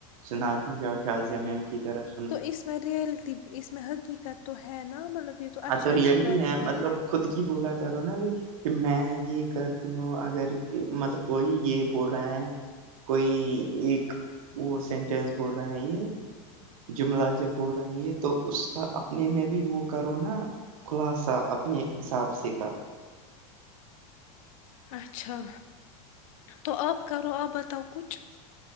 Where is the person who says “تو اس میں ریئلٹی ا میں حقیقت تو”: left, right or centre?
Left